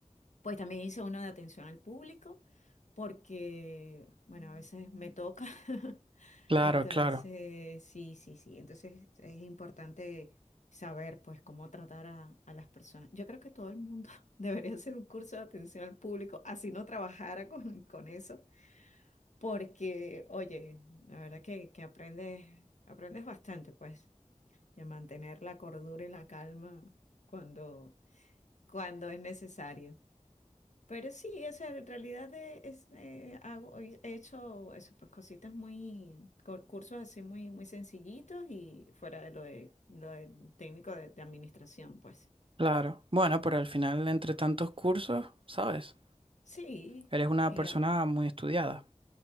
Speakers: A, on the left; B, on the right.
A: pues también hice uno de atención al público, porque, bueno, a veces me toca. <laughs>
B: Claro,
A: Entonces,
B: claro,
A: sí, sí, sí. Entonces es importante saber, pues, cómo tratar a, a las personas. Yo creo que todo el mundo <laughs> debería hacer un curso de atención al público, así no trabajara con, con eso, porque, oye, la verdad que, que aprendes, aprendes bastante, pues, de mantener la cordura y la calma cuando, cuando es necesario. Pero sí, esa en realidad e- es, eh, hago, he hecho eso, pues cositas muy, co- cursos así muy, muy sencillitos y fuera de lo de, lo del técnico de, de administración, pues.
B: claro. Bueno, pero al final, entre tantos cursos, ¿sabes?
A: Sí,
B: Eres una
A: sí,
B: persona
A: ah,
B: muy estudiada.